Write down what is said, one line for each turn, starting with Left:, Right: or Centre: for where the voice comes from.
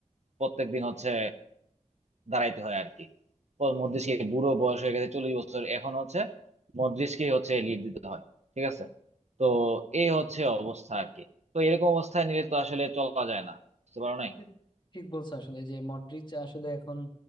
Right: প্রত্যেকদিন হচ্ছে দাঁড়াইতে হয় আর কি ও মদ্রিজকে বুড়ো বয়স হয়ে গেছে চল্লিশ বছর এখন হচ্ছে মদ্রিজকে হচ্ছে লিড দিতে হয় ঠিক আছে তো এই হচ্ছে অবস্থা আর কি তো এরকম অবস্থায় নিয়ে তো আসলে চলা যায় না বুঝতে পারো নাই
Left: এটা ঠিক বলছো আসলে যে মডরিচ আসলে এখন